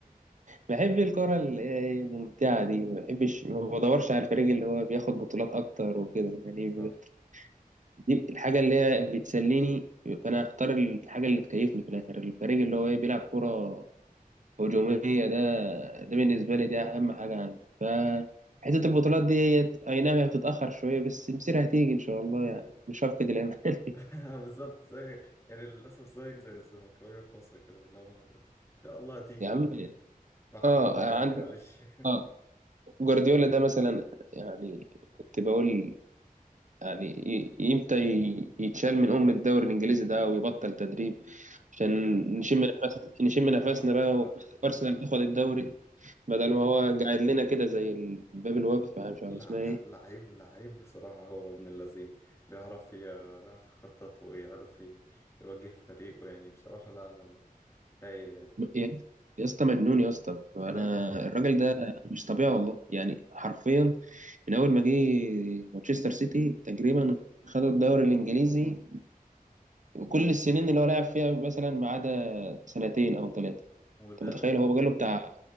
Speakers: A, on the right; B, on the left.
A: بحب الكره اللي هي إيه، الممتعه دي ما بحبش ما بدورش على الفريق اللي هو بياخد بطولات اكتر وكده يعني
B: صح
A: ب- دي الحاجه اللي هي بتسليني فانا هختار الحاجه اللي تكيفني في الاخر الفريق اللي هو ايه بيلعب كره هجوميه ده ده بالنسبه لي ده اهم حاجه عندي ف حته البطولات دي اي نعم هي بتتاخر شويه بس مصيرها هتيجي ان شاء الله يعني مش هفقد الامل <laughs>
B: <laughs> آه، بالظبط زي يعني للاسف زيك زي الزملكاويه في مصر كده اللي هم بيقولوا ان شاء الله هتيجي
A: يا عم
B: فاهم مع احترامي
A: اه
B: يعني
A: عندك
B: معلش <laughs>
A: اه جوارديولا ده مثلا يعني كنت بقول يعني ي- امتى ي- يتشال من ام الدوري الانجليزي ده ويبطل تدريب عشان
B: ليه كده
A: نشم نفس نشم
B: اه
A: نفسنا بقى
B: هو
A: وارسنال
B: هو
A: تاخد الدوري بدل ما هو قاعد لنا كده زي الباب الواقف مش
B: لع-
A: عارف اسمها ايه
B: لعيب لعيب بصراحة هو ابن اللذين بيعرف ي- بيعرف يخطط ويعرف ي- يوجه فريقه يعني بصراحة لا لا لا هايل يعني
A: يا يا اسطى مجنون يا اسطى انا
B: اه
A: الراجل ده مش طبيعي والله يعني حرفيا من اول ما جه مانشستر سيتي تقريبا خدوا الدوري الانجليزي كل السنين اللي هو لعب فيها مثلا ما عدا سنتين او ثلاثه
B: وده
A: انت متخيل
B: وده
A: هو مجاله بتاع